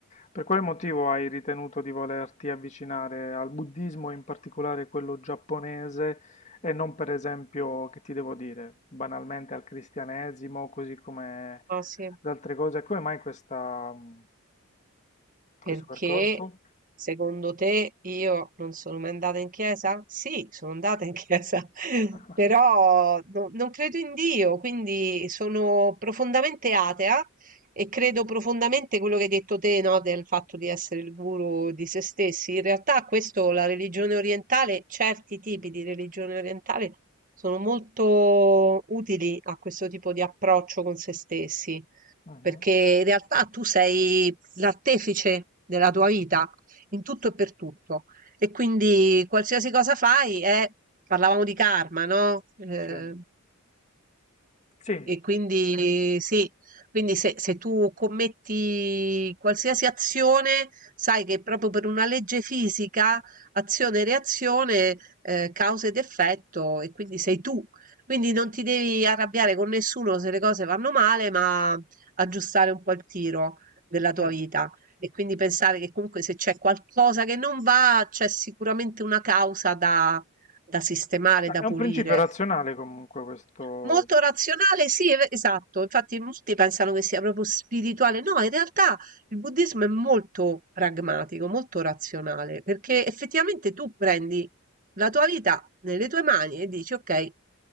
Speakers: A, on the left (about 30°); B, on the right (about 40°).
A: per quale motivo hai ritenuto di volerti avvicinare al buddismo, e in particolare quello giapponese, e non per esempio, che ti devo dire, banalmente al cristianesimo, così come
B: ah, sì.
A: ad altre cose? Come mai questa, mh, questo
B: Perché
A: percorso?
B: secondo te io non sono mai andata in chiesa? Sì, sono andata in chiesa, <laughs>
A: <laughs>
B: però no- non credo in Dio, quindi sono profondamente atea e credo profondamente quello che hai detto te, no, del fatto di essere il guru di se stessi. In realtà questo, la religione orientale, certi tipi di religione orientale sono molto utili a questo tipo di approccio con se stessi
A: Mhm.
B: perché in realtà tu sei l'artefice della tua vita in tutto e per tutto e quindi qualsiasi cosa fai è, parlavamo di karma, no? Eh,
A: Sì, sì,
B: e quindi sì, quindi se, se tu commetti qualsiasi azione, sai che proprio per una legge fisica, azione e reazione, eh, causa ed effetto, e quindi sei tu. Quindi non ti devi arrabbiare con nessuno se le cose vanno male, ma aggiustare un po' il tiro della tua
A: sì.
B: vita. E quindi pensare che comunque se c'è qualcosa che non va, c'è sicuramente una causa da da sistemare,
A: Eh,
B: da
A: È
B: pulire.
A: un principio razionale comunque questo.
B: Molto razionale, sì, e- esatto. Infatti molti pensano che sia proprio spirituale. No, in realtà il buddismo è molto pragmatico, molto razionale, perché effettivamente tu prendi la tua vita nelle tue mani e dici, ok,